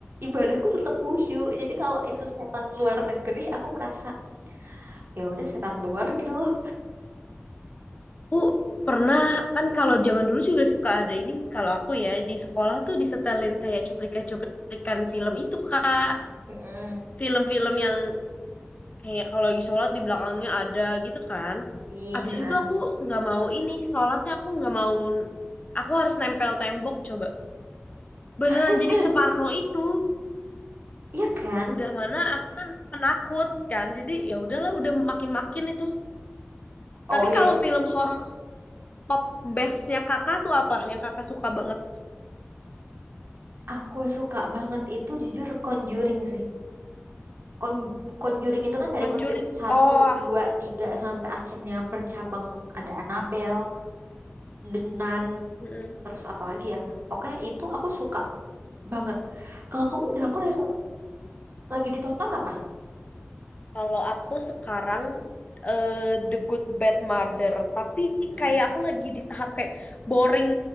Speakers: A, on the right (about 50°); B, on the left (about 30°).
A: ibadahku tetap khusyuk. Jadi kalau itu setan luar negeri, aku merasa ya udah setan luar <laughs> gitu loh.
B: Aku pernah, kan kalau zaman dulu juga suka ada ini, kalau aku ya, di sekolah tuh disetelin kayak cuplikan-cuplikan film itu, Kak.
A: Mm-mm.
B: Film-film yang kayak kalau lagi sholat di belakangnya ada gitu kan.
A: Iya.
B: Abis itu aku nggak mau ini, sholatnya aku nggak mau, aku harus nempel tembok coba. Beneran
A: <laughs>
B: jadi separno itu.
A: Iya kan?
B: udah mana aku kan penakut kan jadi ya udahlah udah makin-makin itu
A: Oh
B: tapi
A: iya.
B: kalau film horor top bestnya kakak tuh apa yang kakak suka banget
A: Aku suka banget itu jujur Conjuring sih. Con- Conjuring itu kan dari
B: Conjuring
A: Conjuring satu
B: Oh,
A: 2
B: <laughs>
A: 3 sampai akhirnya bercabang ada Annabelle, The Nun,
B: Mm-mm.
A: terus apa lagi ya? Pokoknya itu aku suka banget. Kalau kamu drakor yang lagi ditonton apa?
B: Kalau aku sekarang eh, The Good Bad Mother, tapi
A: Mm-mm.
B: kayak aku lagi di tahap kayak boring